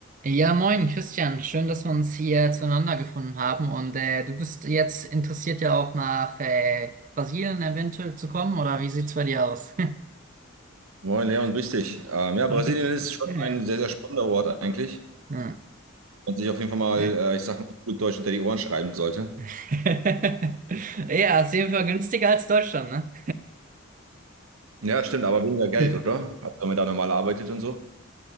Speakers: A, on the right; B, on the right.
A: Ja, moin, Christian. Schön, dass wir uns hier zueinander gefunden haben. Und äh, du bist jetzt interessiert ja auch nach äh, Brasilien eventuell zu kommen, oder wie sieht's bei dir aus?
B: Moin Leon, grüß dich. Ähm, ja, Brasilien
A: <laughs>
B: ist schon
A: Ja,
B: ein sehr, sehr spannender Ort eigentlich.
A: ja.
B: Und sich auf jeden Fall mal,
A: ja,
B: äh, ich sag mal, gut Deutsch hinter die Ohren schreiben sollte.
A: <laughs> Ja, ist auf jeden Fall günstiger als Deutschland, ne?
B: Ja, stimmt, aber weniger Geld,
A: <laughs>
B: oder? Also, wenn man da normal arbeitet und so.